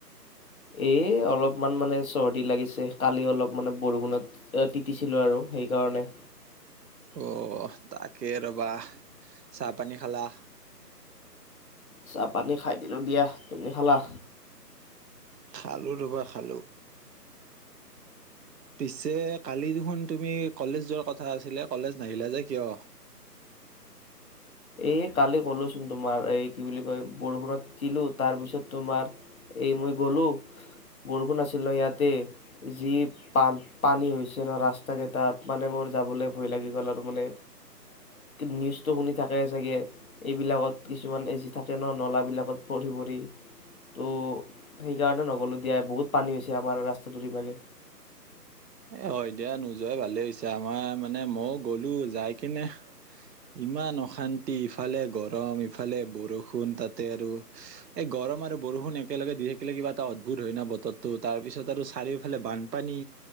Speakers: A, on the left; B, on the right.
A: এ অলপমান মানে চৰ্দি লাগিছে কালি অলপ মানে বৰষুণত তিতিছিলো আৰু সেইকাৰণে।
B: অ' তাকে ৰ'বা চাহপানী খালা?
A: চাহ পানী খাই দিলো দিয়া। তুমি খালা?
B: খালো ৰবা খালো, পিছে কালি দেখোন তুমি কলেজ যোৱাৰ কথা আছিলে কলেজ নাহিলা যে কিয়?
A: এই কালি ক'লোচোন তোমাৰ এই কি বুলি কয় বৰষুণত তিতিলো তাৰপিছত তোমাৰ এই মই গ'লো বৰষুণ আছিল ন ইয়াতে যি পান পানী হৈছে ন ৰাস্তা কেইটাত মানে মোৰ যাবলৈ ভয় লাগি গ'ল আৰু মানে নিউজটো শুনি থাকায়ে চাগে এইবিলাকত কিছুমান এজি থাকে ন নলাবিলাকত পৰি পৰি ত' সেইকাৰণে নগ'লো দিয়া বহুত পানী হৈছে আমাৰ ৰাস্তাটো ইবাগে।
B: এ হয় দিয়া নোযোৱাই ভালে হৈছে আমাৰ মানে মইয়ও গলো যাই কিনে ইমান অশান্তি ইফালে গৰম ইফালে বৰষুণ তাতে আৰু এই গৰম আৰু বৰষুণ একেলগে দি থাকিলে কিবা এটা অদ্ভুত হয় ন বতৰটো তাৰপিছত আৰু চাৰিওফালে বানপানী।